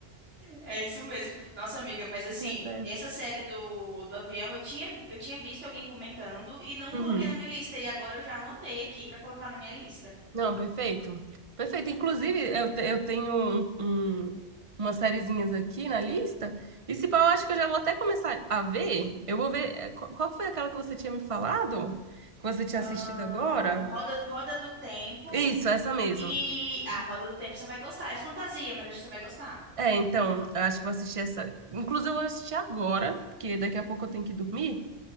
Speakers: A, on the right; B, on the right.
A: É isso mesmo. Nossa, amiga, mas assim,
B: Mas é.
A: essa série do, do avião, eu tinha, eu tinha visto alguém comentando e não
B: Uhum.
A: coloquei na minha lista. E agora eu já anotei aqui pra colocar na minha lista.
B: Não, perfeito. Perfeito. Inclusive, eu, te- eu tenho um, um- umas sériezinhas aqui na lista. E se pá, eu acho que eu já vou até começar a ver. Eu vou ver. eh, qu- Qual que foi aquela que você tinha me falado? Que você tinha
A: Ah,
B: assistido agora?
A: Roda, Roda do Tempo.
B: Isso, essa mesmo.
A: E a Roda do Tempo você vai gostar. É fantasia, mas acho que você vai gostar.
B: É, então, eu acho que vou assistir essa. Inclusive, eu vou assistir agora, porque daqui a pouco eu tenho que dormir.